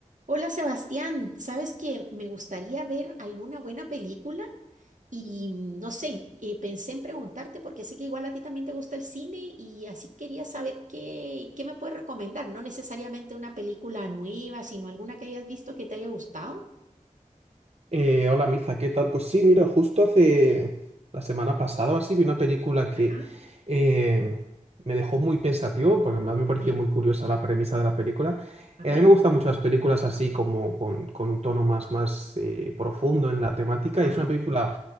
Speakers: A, on the right; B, on the right.
A: Hola Sebastián, sabes que me gustaría ver alguna buena película y mm, no sé, eh, pensé en preguntarte porque sé que igual a ti también te gusta el cine y así quería saber qué, qué me puedes recomendar, no necesariamente una película nueva, sino alguna que hayas visto que te haya gustado.
B: Eh, hola Mirza, ¿qué tal? Pues sí, mira, justo hace la semana pasada o así vi una película que
A: Ajá,
B: eh, me dejó muy pensativo, porque además me pareció
A: eh,
B: muy curiosa la premisa de la película.
A: a
B: Eh,
A: ver,
B: a mí me gustan mucho las películas así como con, con un tono más, más eh, profundo en la temática.
A: ajá,
B: Y es una película,